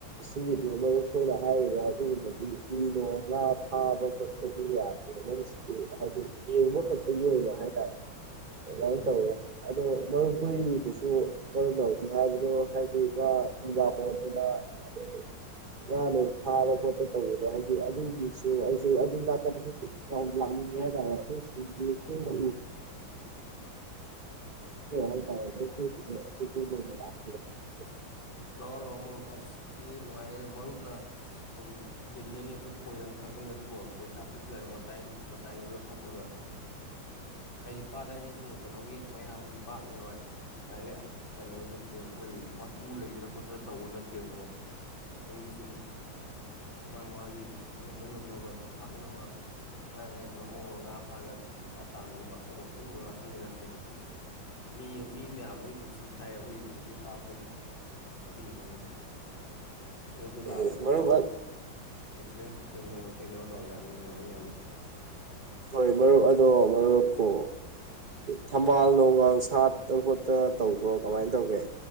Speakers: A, on the right (about 35°); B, on the left (about 75°).
A: ꯁꯤꯗꯤ ꯃꯔꯨꯞ ꯑꯩꯈꯣꯏꯅ ꯍꯥꯏꯔꯤꯕ ꯑꯗꯨꯒꯨꯝꯕꯗꯤ ꯏ ꯅꯣ ꯉꯥ ꯐꯥꯕ ꯈꯄꯗꯤ ꯌꯥꯗꯦ ꯃꯣꯏꯁꯤꯗꯤ ꯍꯥꯏꯗꯤ ꯌꯦꯡꯕ ꯈꯛꯇꯒꯤ ꯑꯣꯏꯅ ꯍꯥꯏꯇꯥꯔꯦ ꯑꯗꯨꯃꯥꯏꯅ
B: ꯎꯝ
A: ꯇꯧꯋꯦ ꯑꯗꯣ ꯃꯔꯨꯞꯨꯣꯏꯅꯤꯗꯨꯁꯨ ꯀ ꯂꯧꯁꯤ ꯍꯥꯏꯕꯅꯣ ꯍꯥꯏꯗꯤ ꯉꯥ ꯍꯤꯡꯒꯥ ꯈꯣꯟꯠꯇꯅ ꯑꯗꯗꯒꯤ ꯉꯥ ꯂꯣ ꯐꯥꯗ ꯈꯣꯠꯇ ꯇꯧꯕꯗꯣ ꯍꯥꯏꯗꯤ ꯑꯗꯨꯒꯤꯁꯨ ꯑꯩꯁꯨ ꯑꯗꯨ ꯂꯥꯛꯀꯗꯁꯨ ꯌꯥꯝ ꯂꯥꯛꯅꯤꯡꯉꯤ ꯍꯥꯏꯇꯥꯔꯦ ꯑꯗꯨꯁꯨ ꯅꯨꯃꯤꯠ ꯊꯦꯡꯅ
B: ꯎꯝ
A: ꯎꯔꯕꯅꯤꯅ <unintelligible>
B: ꯂꯥꯀꯑꯣ ꯂꯥꯀꯑꯣ ꯃꯔꯨꯞ ꯁꯤꯗ ꯅꯨꯡꯉꯥꯏ ꯃꯔꯨꯞꯅ ꯁꯨꯝ ꯗꯤꯜꯂꯦꯅꯤꯡꯉꯁꯨ ꯈꯣꯏꯒꯪ ꯊꯥꯛꯅꯤꯡꯉꯁꯨꯀꯣ ꯈꯣꯏ ꯊꯥꯛꯄꯁꯨ ꯍꯥꯏꯕ ꯃꯇꯥꯏ ꯃꯇꯥꯏꯗꯨꯗ ꯐꯝꯃꯒ ꯍꯥꯏꯗꯤ ꯄꯥꯠ ꯍꯥꯏꯁꯦ ꯁꯨꯝ ꯀꯩꯅꯣꯒꯤ ꯃꯌꯥꯝꯒꯤ ꯄꯥꯠꯅꯦꯕ ꯗꯥꯏꯔꯦꯛ ꯀꯩꯅꯣ ꯅꯠꯇꯦꯕ ꯑꯩꯈꯣꯏ ꯃꯄꯨ ꯂꯩꯗꯅ ꯈꯣꯠꯇꯅ ꯇꯧꯕ ꯅꯠꯇꯦꯕꯀꯣ ꯑꯗꯨꯒꯤ ꯁꯨꯝ ꯃꯥ ꯃꯥꯒꯤ ꯉꯝꯅ ꯉꯝꯅꯕ ꯊꯥꯛꯅꯕ ꯃꯥꯏ ꯃꯥꯏ ꯉꯝꯝꯕ ꯉꯝꯃ ꯉꯥ ꯐꯥꯔꯒ ꯄꯩꯁꯥ ꯇꯥꯟꯕꯒꯨꯝꯕ ꯑꯗꯨꯝꯕ ꯑꯗꯨꯝꯕ ꯉꯥꯛꯇꯥꯅꯤꯅ ꯍꯥꯏꯗꯤ ꯃꯤ ꯃꯤ ꯃꯌꯥꯝ ꯑꯃꯒꯤ ꯄꯨꯟꯁꯤꯁꯨ ꯊꯥꯛꯏ ꯑꯩꯈꯣꯏ ꯑꯩꯈꯣꯏꯒꯤ ꯄꯥꯠꯇꯨꯅ ꯗꯤ ꯋꯥꯅꯤ ꯃꯔꯁꯨ
A: ꯑꯦ
B: ꯂꯥꯛꯑꯒ ꯅꯣꯡꯃ
A: ꯃꯔꯨꯞ
B: ꯑꯦꯛꯁꯄꯤꯔꯌꯦꯟꯁ ꯑꯗꯨ ꯅꯣꯡꯃ ꯊꯦꯡꯅꯕ ꯂꯥꯛꯑꯣ ꯌꯥꯅꯤ ꯅꯨꯡꯉꯥꯏꯅꯤ ꯌꯥꯝꯅ
A: ꯍꯣꯏ ꯃꯔꯨꯞ ꯑꯗꯣ ꯃꯔꯨꯞꯄꯨ ꯊꯝꯕꯥꯜ ꯅꯣꯡꯒꯡ ꯁꯥꯠꯇ ꯈꯣꯠꯇ ꯇꯧꯕꯣ ꯀꯃꯥꯏꯅ ꯇꯧꯒꯦ